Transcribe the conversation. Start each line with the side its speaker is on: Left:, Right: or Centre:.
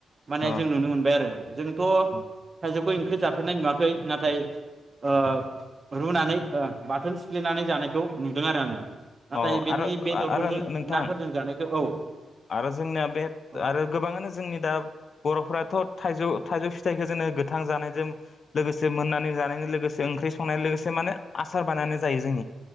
Right: माने
Left: अ
Right: जों नुनो मोनबाय आरो जोंथ'
Left: अ
Right: थाइजौखौ इं ख्रि जाफेरनाय नुवाखै नाथाय ओ रुनानै ओ बाथोन सिफ्लेनानै जानायखौ नुदों आरो आङो नाथाय
Left: अ
Right: बिदि
Left: आरो
Right: बेदरफोरजों
Left: आरो नोंथां
Right: नाफोरजों जानायखौ औ
Left: आरो जोंनिया बे
Right: औ
Left: आरो गोबाङानो जोंनि दा बर'फ्राथ' थाइ जौ थाइजौ फिथाइखौ जोङो गोथां जानायजों लोगोसे मोननानै जानायनि लोगोसे ओंख्रि संनाय लोगोसे माने आसार बानायनानै जायो जोंनि